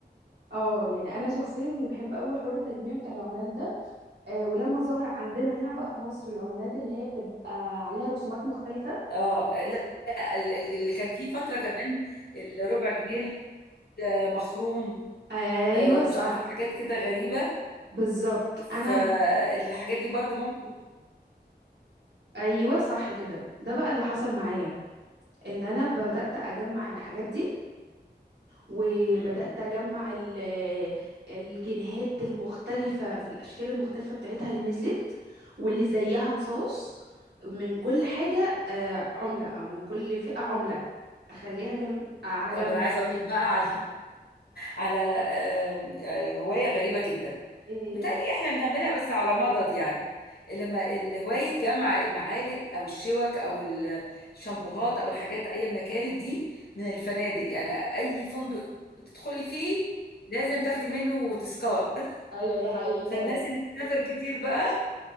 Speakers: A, on the right; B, on the left.
A: اه يعني انا شخصيا بحب قوي حوار التجميع بتاع العملات ده آه ولما ظهر عندنا هنا بقى في مصر العملات اللي هي بتبقى عليها رسومات مختلفه
B: اه لا لا، ال- اللي كان فيه فترة كمان الربع جنيه المخروم
A: ايوه
B: آه، مش
A: صح
B: عارفة حاجات كده غريبة
A: بالظبط انا
B: فالحاجات
A: ب-
B: دي برضو ممكن
A: ايوه صح كده ده بقى اللي حصل معايا ان انا بدات اجمع الحاجات دي وبدات
B: م- م.
A: اجمع ال- الجنيهات المختلفه في الاشكال المختلفه بتاعتها اللي نزلت واللي زيها نصاص من كل حاجه آه، عمله او من كل فئه عمله اخليها جنب آه، على
B: طب
A: جنب
B: انا عايزة اقول لك بقى على على آه، آه، هواية غريبة جدا
A: ايه
B: متهيألي
A: هي
B: احنا بنعملها بس على مضض يعني لما الهواية جمع المعالق أو الشوك أو الشامبوهات أو الحاجات أيا ما كانت دي من الفنادق يعني أي فندق تدخلي فيه لازم تاخدي منه تذكار <laughs>
A: ايوه ده حقيقي
B: فالناس
A: فعلا
B: اللي بتسافر كتير بقى